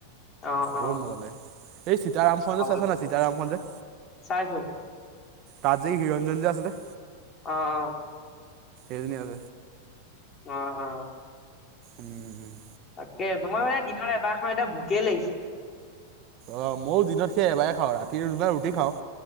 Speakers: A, on the left; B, on the right.
A: অ', অ',
B: বহুত মজা লাগে। এই সীতাৰাম খনজে
A: চাব
B: চাইছ
A: লাগিব।
B: নাই? সীতাৰাম খনজ যে।
A: চাইছো
B: তাহ যে হিৰঞ্জনজন যে আছে যে।
A: অ', অ'।
B: এদিন আগ
A: অ - অ।
B: উম - উম।
A: তাকে তোমাৰ মানে দিনৰ এবাৰ খাও এতিয়া ভোকে লাগিছে।
B: অ, ময়ো দিনত সে এবাৰে খাও ৰাতি দুব ৰুটি খাও।